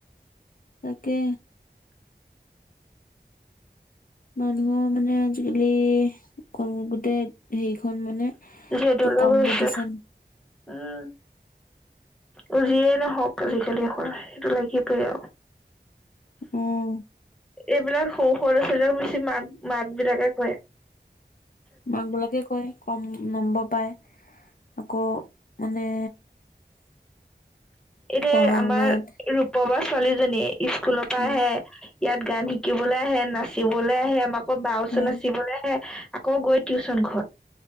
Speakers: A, on the left (about 55°); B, in the centre.
A: তাকে। মানুহৰ মানে আজিকালি ক গোটেই সেইখন মানে
B: যিয়ে দলৈ
A: কম্পিটিচন।
B: গৈছে উম। অ যিয়েই নহওক আজিকালি অকল সেইটো লাগিবই আৰু।
A: উম
B: এইবিলাক সৰু সৰু লৰা-ছোৱালীক বেছি মাক মাক বিলাকে কয়।
A: মাক বিলাকে কয়। কম নম্বৰ পায় আকৌ মানে।
B: এই যে
A: পঢ়া
B: আমাৰ
A: শুনাত
B: ৰূপ বা ছোৱালীজনীয়ে স্কুলৰ পৰা
A: উম
B: আহে। ইয়াত গান শিকিবলে আহে নাচিবলে আহে আমা আকৌ বাৰ ওচৰত
A: উম
B: নাচিবলৈ আহে। আকৌ গৈ টিউচন ঘৰত।